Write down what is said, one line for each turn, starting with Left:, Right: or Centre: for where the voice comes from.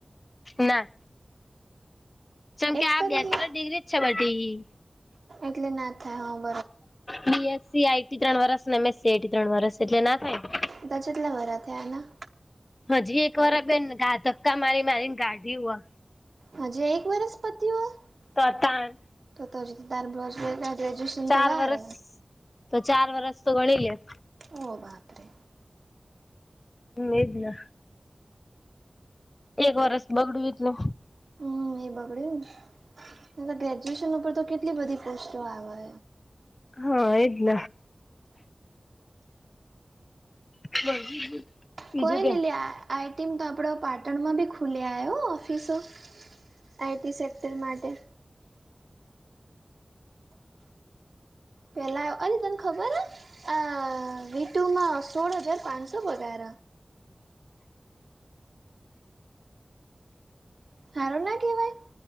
Left: ના. જેમ કે
Right: એક્સ
Left: આ
Right: તરીકે
Left: બેચલર ડિગ્રી જ છે બધી
Right: એટલે ના થાવ
Left: બીએસસી આઈટી ત્રણ વરસ ને એમએસસી આઈટી ત્રણ વરસ એટલે ના થાય ને
Right: તા ચેટલા વરહ થયાના
Left: હજી એક વાર આ બેન ધાધક્કા મારી મારી કાઢિ વા.
Right: હજી એક વરસ પતિઓ એ.
Left: તો તાણ
Right: તો જદાર બ્લાઉજ ગ્રેજ્યુએશન
Left: ચાર
Right: તો વાર.
Left: વરસ તો ચાર વરસ તો ગણી લે.
Right: ઓ બાપ રે.
Left: હમ એ જ ના. એક વરસ <unintelligible>
Right: હમ એ બગડ્યુંને અને ગ્રેજ્યુએશન ઉપર તો કેટલી બધી પોસ્ટો આવે
Left: હા એજ ન <inaudible>
Right: કોઈ
Left: કે
Right: ને લે આઈટીની તો આપણો પાટણમાં બી ખુલી આયો ઓફિસો આઈટી સેક્ટર માટે પેલા અરે તને ખબર હ અ વીટુમાં સોળ હજાર પાંચસો પગાર હારું ના કેવાય